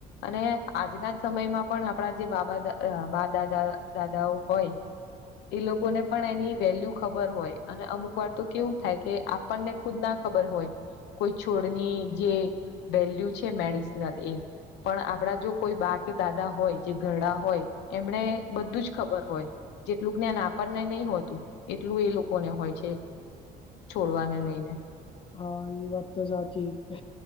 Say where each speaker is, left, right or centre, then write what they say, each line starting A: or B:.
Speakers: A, on the left (about 80°); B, on the left (about 35°).
A: અને આજના જ સમયમાં પણ આપણા જે બાબા બાદાદ દાદાઓ હોય. એ લોકોને પણ એની વેલ્યુ ખબર હોય અને અમુક વાર તો કેવું થાય કે આપણને ખુદ ના ખબર હોય. કોઈ છોડની જે વેલ્યુ છે મેડિસનલ એ પણ આપડા જો કોઈ બા કે દાદા હોય જે ઘરડા હોય એમણે બધું જ ખબર હોય જેટલું જ્ઞાન આપણને નહી હોતું એટલું એ લોકોને હોય છે છોડવાને લઈને.
B: હા એ વાત તો સાકી કે.